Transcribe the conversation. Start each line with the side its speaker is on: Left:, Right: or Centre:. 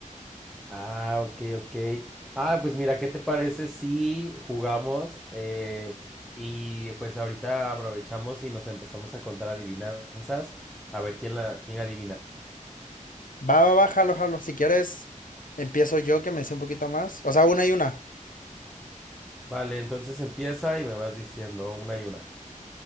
Centre: Ah, ok, ok. Ah, pues mira, ¿qué te parece si jugamos eh, y pues ahorita aprovechamos y nos empezamos a contar adivinanzas, a ver quién la, quién adivina.
Left: Va, va, va, jalo, jalo. Si quieres, empiezo yo que me sé un poquito más. O sea, una y una.
Centre: Vale, entonces empieza y me vas diciendo una y una.